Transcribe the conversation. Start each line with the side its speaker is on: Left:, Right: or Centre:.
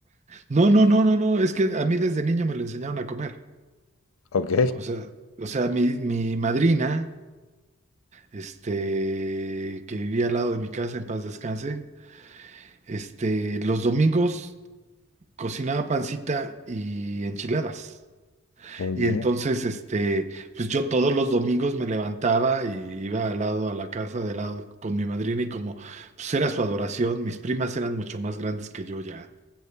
Right: No, no, no, no, no, es que a mí desde niño me lo enseñaron a comer.
Left: Ok,
Right: O sea, o sea, mi, mi madrina, este, que vivía al lado de mi casa, en paz descanse, este, los domingos cocinaba pancita y enchiladas.
Left: muy
Right: Y
Left: bien.
Right: entonces, este, pues yo todos los domingos me levantaba y iba al lado a la casa de lado con mi madrina y como pues era su adoración, mis primas eran mucho más grandes que yo ya.